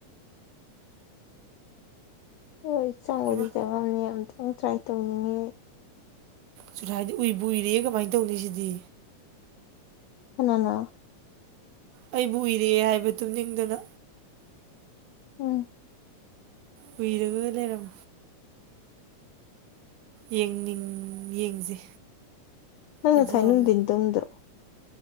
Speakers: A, on the left (about 85°); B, on the right (about 75°).
A: ꯍꯣꯏ ꯆꯪꯕꯨꯗꯤ
B: ꯏꯃꯥ
A: ꯆꯪꯉꯝꯅꯤ ꯑꯝꯇꯪ ꯇ꯭ꯔꯥꯏ ꯇꯧꯅꯤꯡꯉꯦ
B: ꯆꯨꯔꯥꯏꯕ ꯎꯏꯕꯨꯨ ꯎꯏꯔꯦ ꯀꯃꯥꯏ ꯇꯧꯅꯤ ꯁꯤꯗꯤ
A: ꯀꯅꯥꯅꯣ
B: ꯑꯩꯕꯨ ꯎꯏꯔꯦ ꯍꯥꯏꯕ ꯇꯨꯝꯅꯤꯡꯗꯅ
A: ꯎꯝ
B: ꯎꯣꯏꯔꯒꯒ ꯂꯩꯔꯝ ꯌꯦꯡꯅꯤꯡ ꯌꯦꯡꯁꯦ
A: ꯅꯪ
B: ꯑꯗꯣ
A: ꯉꯁꯥꯏ ꯅꯨꯡꯊꯤꯟ
B: ꯑꯃꯨꯛ
A: ꯇꯨꯝꯗ꯭ꯔꯣ